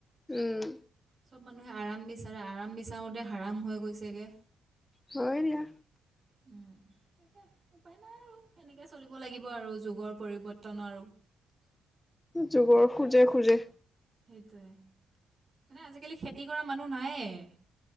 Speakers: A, on the left; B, on the right.
A: উম'।
B: চব মানুহে আৰাম বিচাৰে, আৰাম বিচাৰোতে হৰাম হৈ গৈছেগে।
A: হয় দিয়া।
B: উম'। উপায় নাই আৰু সেনেকে চলিব লাগিব আৰু যুগৰ পৰিৱৰ্তন আৰু।
A: যুগৰ খোজে খোজে।
B: সেইটোৱে, মানে আজিকালি খেতি কৰা মানুহ নায়েই।